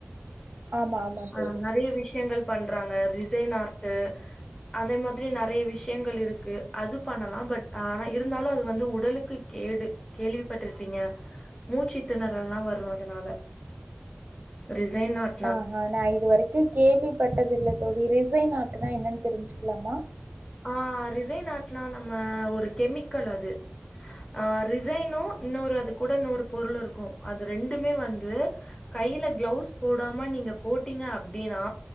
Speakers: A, on the right; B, on the left.
A: ஆமா ஆமா
B: ஆ
A: தோழி
B: நெறைய விஷயங்கள் பண்றாங்க ரிசைன் ஆர்ட்டு அதே மாரி நெறைய விஷயங்கள் இருக்கு அது பண்ணலா பட் ஆனா இருந்தாலு அது வந்து உடலுக்கு கேடு கேள்விப்பட்டிருப்பீங்க மூச்சித்திண ரல்லா வரு அதனால ரிசைன் ஆர்ட்
A: ஆஹா நா இது வரைக்கு கேள்விப்பட்டதில்ல தோழி ரிசைன் ஆர்ட்டுனா என்னனு தெரிஞ்சுக்கலாமா
B: ஆ ரிசைன் ஆர்ட்னா நம்ம ஒரு கெமிக்கல் அது ஆ ரிசைனு இன்னொரு அது கூட இன்னொரு பொருள் இருக்கு அது ரெண்டுமே வந்து கைல கிளவுஸ் போடாம நீங்க போட்டீங்க அப்டினா